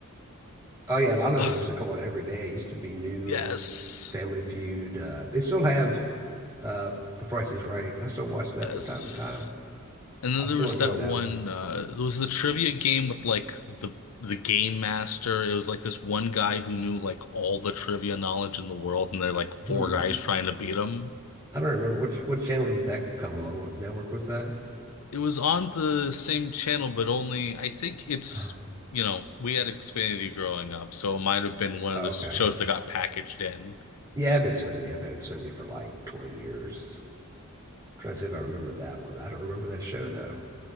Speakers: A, on the right; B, on the left.
A: Oh yeah, a lot of
B: <sighs>
A: those used to come on every day. It used to be new,
B: yes,
A: Family Feud. Uh, they still have uh, The Price is Right. I still watch that
B: yes.
A: from time to time.
B: And then
A: I still
B: there was
A: enjoy
B: that
A: that
B: one
A: one.
B: uh there was the trivia game with like the the game master. It was like this one guy who knew like all the trivia knowledge in the world and they're like
A: Hmm.
B: four guys trying to beat him.
A: I don't remember which. what channel did that come on? What network was that?
B: It was on the same channel, but only I think it's
A: Uh,
B: you know, we had Xfinity growing up, so it might have been one of
A: oh,
B: the shows
A: okay.
B: that got packaged in.
A: Yeah, I have Xfinity. I've had Xfinity for like 20 years. I'm trying to see if I remember that one. I don't remember that show though.